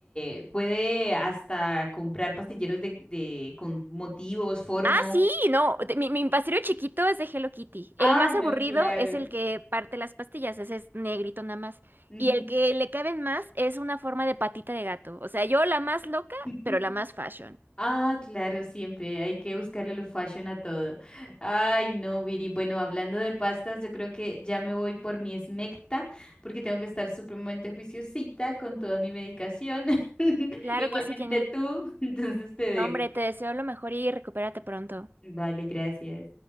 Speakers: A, on the left (about 20°); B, on the right (about 50°).
A: eh, puede hasta comprar pastilleros de, de- con motivos, formas.
B: Ah, sí, no, de- mi, mi pastillero chiquito es de Hello Kitty.
A: Ah,
B: El más aburrido
A: no, claro.
B: es el que parte las pastillas, ese es negrito nada más.
A: Ujú.
B: Y el que le caben más es una forma de patita de gato. O sea, yo la más loca,
A: <laughs>
B: pero la más fashion.
A: Ah, claro, siempre hay que buscarle lo fashion a todo. Ay, no, Viri. Bueno, hablando de pastas, yo creo que ya me voy por mi esmecta porque tengo que estar supremamente juiciosita con toda mi medicación. <laughs>
B: Claro
A: Igualmente
B: que sí, Jenny.
A: tú, <laughs> entonces te dejo.
B: No, hombre, te deseo lo mejor y recupérate pronto.
A: Vale, gracias.